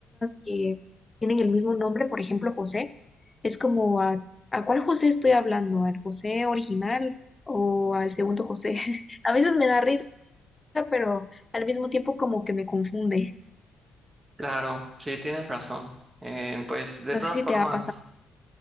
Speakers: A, on the left (about 20°); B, on the right (about 25°).
A: que tienen el mismo nombre, por ejemplo, José, es como a, ¿a cuál José estoy hablando? ¿Al José original o al segundo José? <laughs> A veces me da risa, pero al mismo tiempo como que me confunde.
B: Claro, sí, tienes razón. Eh, pues de todas
A: No sé si
B: formas,
A: te ha pasado.